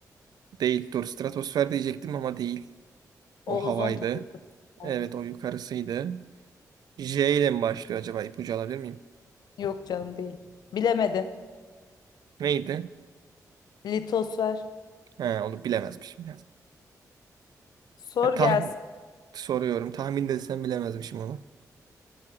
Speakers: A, on the right (about 75°); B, on the left (about 80°).
A: değil. Dur stratosfer diyecektim ama değil.
B: Ozon
A: O havaydı.
B: Oldu.
A: Evet o yukarısıydı. J ile mi başlıyor acaba? İpucu alabilir miyim?
B: Yok canım değil. Bilemedin.
A: Neydi?
B: Litos ver.
A: Ha, onu bilemezmişim. Ya.
B: Sor
A: Ya, tahmin
B: gelsin.
A: soruyorum. Tahmin desem bilemezmişim onu.